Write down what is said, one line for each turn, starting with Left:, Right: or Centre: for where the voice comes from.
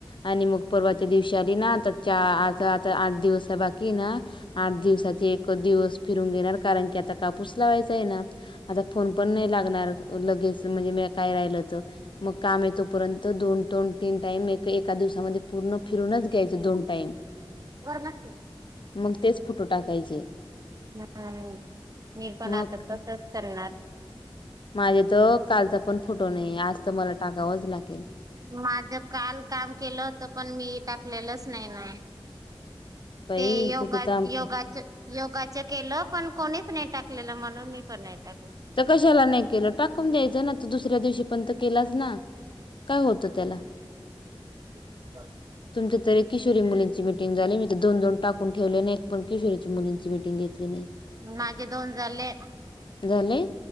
Left: आणि मग परवाच्या दिवशी हुशारी ना आ आता आता आठ दिवसा बाकी ना आठ दिवसाचे एकच दिवस फिरून घेणार कारण की आता कापूस लावायचा आहे ना आता फोन पण नाही लगनार का लगेच म्हणजे आत्ता काय तर राहील ते मग काम आहे तर दोन तीन टाईम एका दिवसामध्ये पूर्ण फिरूनच घ्यायचे दोन टाईम
Right: वर लागतो.
Left: मग तेच फोटो टाकायचे
Right: हम्म मीरपण
Left: मग
Right: आता तसच करणार
Left: माझे तर कालचा पण फुटो नाही आज तर मला टाकावंच लागत
Right: माझ काल काम केलं होत पण मी टाकलेलंच नाही ना
Left: बाई
Right: ते योगा
Left: तुझं काम
Right: योगाच योगाच केलं पण कोणीच नाही टाकलेलं म्हणून मी पण नाही टाकलं.
Left: तर कशाला नाही केलं टाकून द्यायचं नाुसर दुसऱ्या दिवशी पणंत केलाच ना काय होत त्याला
Right: ते चालू
Left: तुमच्या तरी किशोरी मुलींची मिीटिंग झाली मी तर दोन दोन टाकून ठेवले आणि एक पण किशोरीची मुलींची म मिटिंग घेतली नाही
Right: माझे दोन झाले
Left: झाले